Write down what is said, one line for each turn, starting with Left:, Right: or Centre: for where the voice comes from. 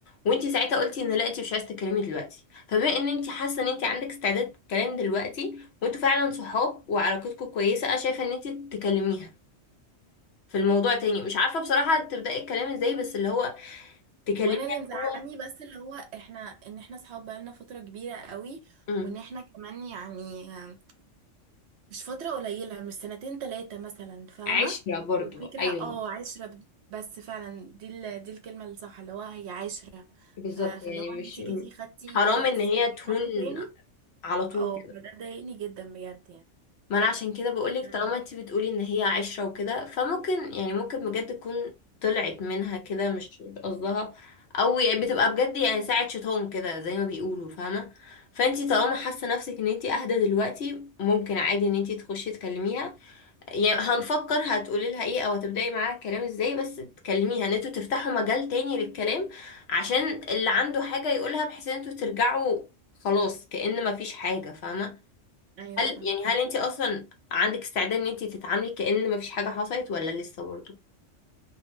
Left: وانتي ساعتها قلتي ان لا انتي مش عايزه تتكلمي دلوقتي فبما ان انتي حاسه ان انتي عندك استعداد تتكلمي دلوقتي وانتوا فعلا صحاب وعلاقتكم كويسه انا شايفه ان انتي تكلميها في الموضوع تاني مش عارفه بصراحه تبداي الكلام ازاي بس اللي هو تكلميها
Right: وانا
Left: اللي
Right: اللي مزعلني
Left: هو
Right: بس اللي هو احنا ان احنا صحاب بقالنا فترة كبيرة قوي
Left: امم
Right: وان احنا كمان يعني آه، مش فترة قليلة مش سنتين تلاتة مثلا فاهمة
Left: عشرة برضو
Right: والفكرة
Left: ايوه
Right: اه عشرة ب- بس فعلا دي ال... دي الكلمة الصح اللي هو هي عشرة
Left: بالظبط
Right: ف... فاللي
Left: يعني
Right: هو
Left: مش
Right: انت
Left: م-
Right: جيتي خدتي
Left: حرام ان هي تهون
Right: حد تاني
Left: على طول
Right: اه
Left: كده
Right: فده ضايقني جدا بجد
Left: ما انا عشان كده بقولك
Right: يعني
Left: طالما انت بتقولي ان هي عشرة وكده فممكن يعني ممكن بجد تكون طلعت منها كده مش مش قصدها او يعني بتبقى بجد يعني ساعة شيطان كده زي ما بيقولوا فاهمة فانتي طالما حاسة نفسك ان انتي اهدى دلوقتي ممكن عادي ان انتي تخشي تكلميها يعني هنفكر هتقولي لها ايه او هتبدأي معاها الكلام ازاي بس تكلميها ان انتوا تفتحوا مجال تاني للكلام عشان اللي عنده حاجة يقولها بحيث ان انتوا ترجعوا خلاص كأن مفيش حاجة فاهمة
Right: ايوه
Left: هل
Right: فاهم
Left: يعني هل انت اصلا عندك استعداد ان انت تتعاملي كأن مفيش حاجة حصلت ولا لسه برضه